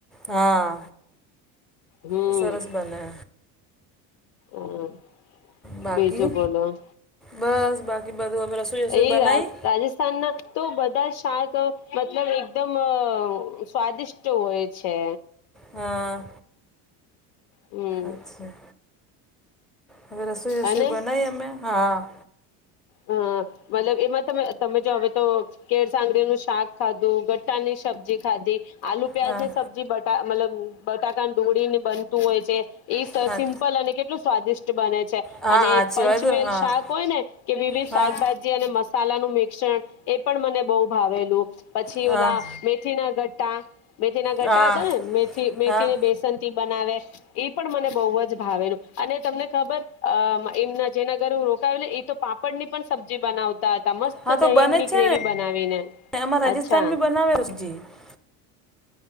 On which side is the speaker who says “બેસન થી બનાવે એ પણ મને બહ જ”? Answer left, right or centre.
Left